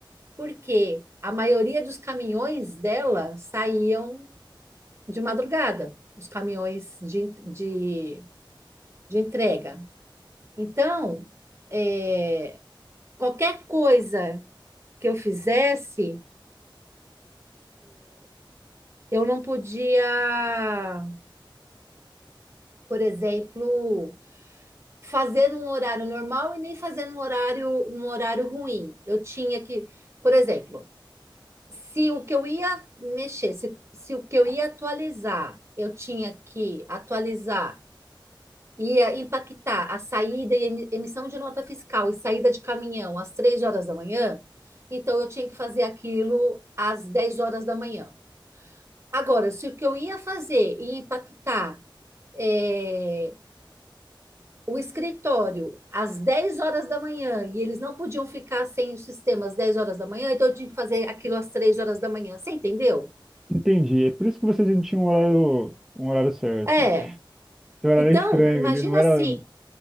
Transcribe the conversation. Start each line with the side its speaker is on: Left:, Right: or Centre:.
Right: porque a maioria dos caminhões dela saíam de madrugada, os caminhões de, de, de entrega. Então, é, qualquer coisa que eu fizesse, eu não podia, por exemplo, fazer num horário normal e nem fazer num horário, num horário ruim. Eu tinha que, por exemplo, se o que eu ia mexer, se, se o que eu ia atualizar, eu tinha que atualizar, ia impactar a saída e emi- emissão de nota fiscal e saída de caminhão às três horas da manhã, então eu tinha que fazer aquilo às 10 horas da manhã. Agora, se o que eu ia fazer ia impactar eh, o escritório às 10 horas da manhã e eles não podiam ficar sem o sistema às 10 horas da manhã, então eu tinha que fazer aquilo às 3 horas da manhã. Você entendeu?
Centre: Entendi. É por isso que vocês não tinham um horário, um horário certo.
Right: É.
Centre: Seu horário
Right: Então,
Centre: era estranho,
Right: imagina
Centre: ele não era.
Right: assim.